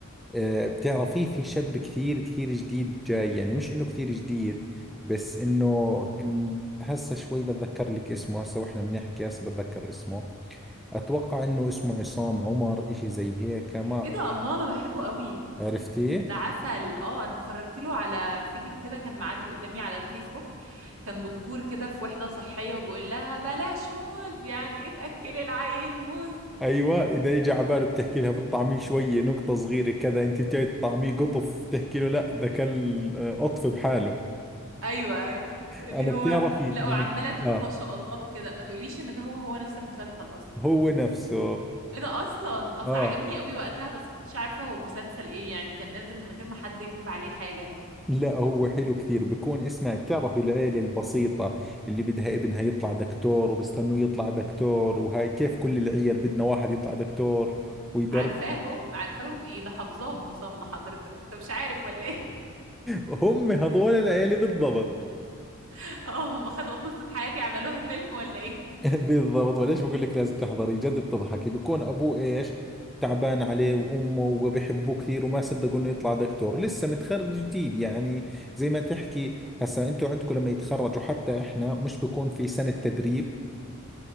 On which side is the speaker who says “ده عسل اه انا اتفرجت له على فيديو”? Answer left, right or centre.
Right